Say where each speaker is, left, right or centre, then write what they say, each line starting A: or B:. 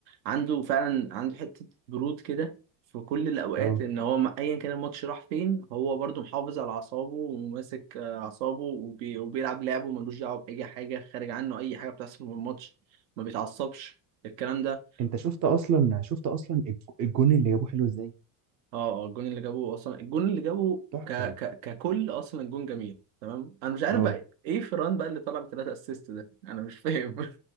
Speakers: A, on the right (about 75°); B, on the right (about 40°).
A: عنده فعلا عنده حته برود كده في كل الاوقات
B: اه
A: ان هو ما- ايا كان الماتش راح فين هو برضو محافظ على اعصابه وماسك آه، اعصابه وبي... وبيلعب لعبه ملوش دعوه باي حاجه خارج عنه اي حاجه بتحصل في الماتش ما بيتعصبش الكلام ده
B: انت شفت اصلا شفت اصلا الج- الجون اللي جابوه حلو ازاي
A: اه اه الجون اللي جابه اصلا الجون اللي جابه
B: تحفه
A: ك ك ككل اصلا الجون جميل تمام انا مش عارف
B: اه
A: بقى ايه فران بقى اللي طلع بثلاثة اسيست ده انا مش فاهم <laughs>